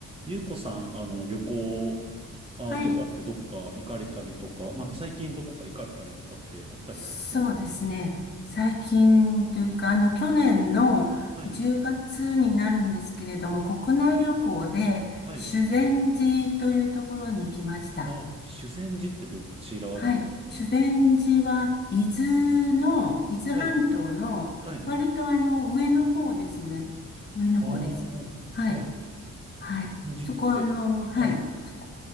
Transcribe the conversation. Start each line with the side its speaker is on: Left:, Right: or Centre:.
Right: ゆうこさん、あの、旅行あーとかってどっか行かれたりとか、
Left: はい。
Right: なんか最近どこか行かれたりとかってあったりはしましたか
Left: そうですね。最近というか、あの、去年の10月になるんですけれども、
Right: はい、
Left: 国内旅行で修善寺というところに行きました。
Right: はい。あー、修善寺ってどちらの方に
Left: はい。修善寺は、伊豆の、伊豆半島の、
Right: はい、はい。
Left: 割とあの、上の方ですね。上の方です。
Right: ああ、
Left: はい。
Right: はい。
Left: はい。
Right: 修善寺って、
Left: そこはあの、はい。
Right: はい、
Left: そこ、